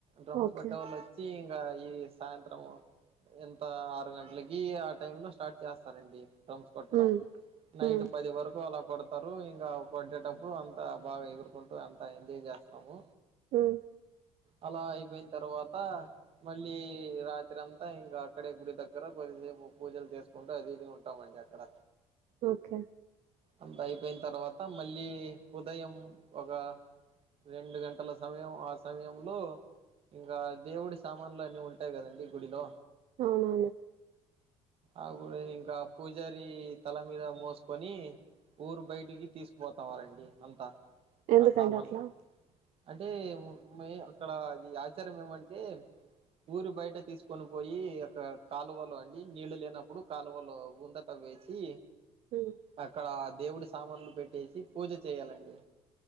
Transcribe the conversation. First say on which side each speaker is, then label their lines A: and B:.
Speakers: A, on the right (about 50°); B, on the right (about 70°).
A: డ్రమ్స్
B: ఓకే
A: కొట్టే వాళ్ళు వచ్చి ఇకా ఈ సాయంత్రం ఎంత ఆరు గంటలకి ఆ టై లో స్టార్ట్ చేస్తారండి కొట్టడం
B: ఉమ్
A: నైట్
B: ఉమ్
A: పది వరకు అలా కొడతారు ఇంకా కొట్టేటప్పుడు అంత బాగా ఎగురుకుంటూ అంత ఎంజాయ్ చేస్తాము
B: మ్మ్
A: అలా అయిపోయిన తర్వాత మళ్ళీ రాత్రి అంతా ఇంకా అక్కడే గుడి దగ్గర బొ మీము పూజలు చేసుకుంటా హ్యపీగా ఉంటామండి అక్కడ
B: ఓకే
A: అంత అయిపోయిన తర్వాత మళ్ళీ ఉదయం ఒక రెండు గంటల సమయం ఆ సమయంలో ఇంకా దేవుడి సామాన్లు అన్ని ఉంటాయి కాదండి గుడిలో
B: అవున
A: అవి ఇంకా పూజారి తల మీద మోసుకొని ఊరు బయటికి తీసుకు పోతారండి అంతా
B: ఎందుకండి
A: ఆ సామాన్లు
B: అట్లా
A: అంటే మేయిన్ అక్కడ అది ఆచారం ఏమంటే ఊరి బయట తీసుకొని పోయి అక్కడ కాలువలు అండి నీళ్ళు లేనప్పుడు కాలువలు గుంత తవ్వి వేసి
B: మ్మ్
A: అక్కడ దేవుడి సామాన్లు పెట్టేసి పూజ చేయాలండి